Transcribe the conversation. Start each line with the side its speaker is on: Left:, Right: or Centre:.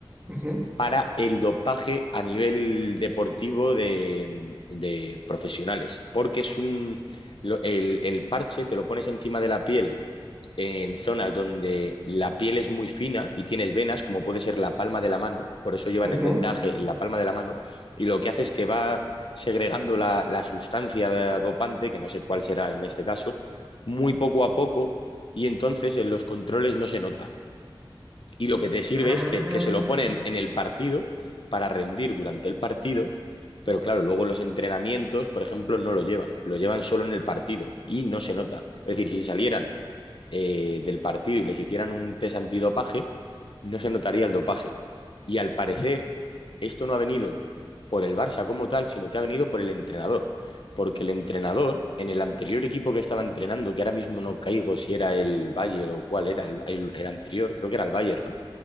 Right: Ujú,
Left: para el dopaje a nivel deportivo de, de profesionales, porque es un, lo- el, el parche te lo pones encima de la piel en zonas donde la piel es muy fina y tienes venas, como puede ser la palma de la mano, por eso llevan
Right: ujú.
Left: el vendaje en la palma de la mano, y lo que hace es que va segregando la, la sustancia dopante, que no sé cuál será en este caso, muy poco a poco, y entonces en los controles no se nota. Y lo que te sirve
Right: Ah,
Left: es que, que se lo ponen en el partido para rendir durante el partido, pero claro, luego los entrenamientos, por ejemplo, no lo llevan, lo llevan solo en el partido y no se nota. Es decir, si salieran eh, del partido y les hicieran un test antidopaje, no se notaría el dopaje. Y al parecer, esto no ha venido por el Barça como tal, sino que ha venido por el entrenador. Porque el entrenador, en el anterior equipo que estaba entrenando, que ahora mismo no caigo si era el Bayern o cuál era el, el- el anterior, creo que era el Bayern, ¿no?